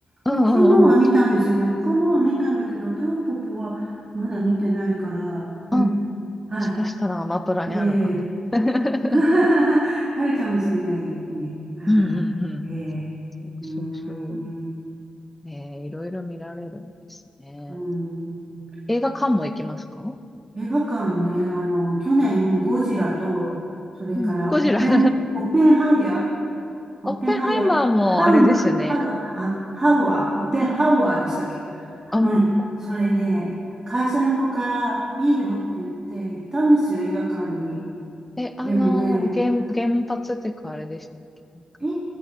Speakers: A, in the centre; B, on the right.
A: うんうん。
B: 他のは見たんですよね。他のは見たんだけど、タンポポはまだ見てないから、うん。
A: うんも
B: はい。
A: しかしたらアマプラにあるかな。
B: ええ。
A: <laughs>
B: <laughs> あるかもしれないですね。はい。
A: うんうんうん。
B: ええ。
A: そうそうそ
B: うーん。
A: う。ねえー、いろいろ見られるんですね。
B: うーん。
A: 映画館も行きますか
B: 映画館ね、あの、去年、ゴジラと、それから、
A: うん。ゴジラ
B: オッペン、
A: <laughs>
B: オッペンハイヤー
A: オッペンハイマーもあれですよね。
B: オッペンハイヤー、ハウム、ハウ、あ、ハウアー、オッペンハウアーでしたっけ
A: あん、
B: うん。
A: あん
B: それね、会社の子からいいよって言って行ったんですよ、映画館に。
A: え、あの、
B: でもね、
A: 原、原発っていうかあれでしたっけなんか、
B: え、